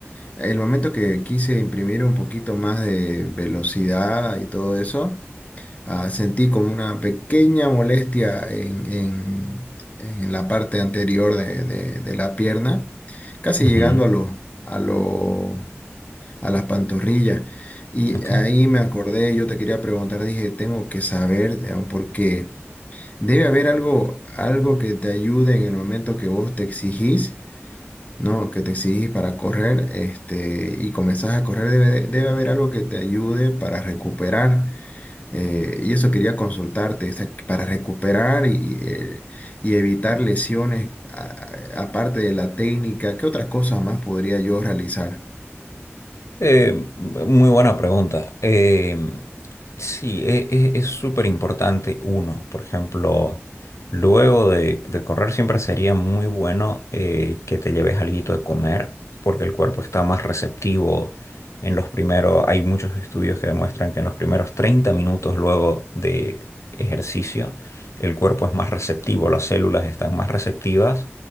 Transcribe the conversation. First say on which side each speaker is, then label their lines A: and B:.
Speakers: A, on the left; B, on the left.
A: el momento que quise imprimir un poquito más de velocidad y todo eso, ah, sentí como una pequeña molestia en, en- en la parte anterior de, de- de la pierna, casi
B: Ujú,
A: llegando a los, a las pantorrillas. Y
B: ok.
A: ahí me acordé, yo te quería preguntar, dije, tengo que saber, digamos, porque debe haber algo, algo que te ayude en el momento que vos te exigís, ¿no? Que te exigís para correr, este, y comenzás a correr, debe, debe haber algo que te ayude para recuperar. Eh, y eso quería consultarte, o sea, para recuperar y, eh, y evitar lesiones, a- a- aparte de la técnica, ¿qué otras cosas más podría yo realizar?
B: Eh, muy buena pregunta. Eh, sí, e- e- es súper importante uno. Por ejemplo, luego de, de correr siempre sería muy bueno eh, que te lleves alguito de comer porque el cuerpo está más receptivo en los primeros, hay muchos estudios que demuestran que en los primeros 30 minutos luego de ejercicio el cuerpo es más receptivo, las células están más receptivas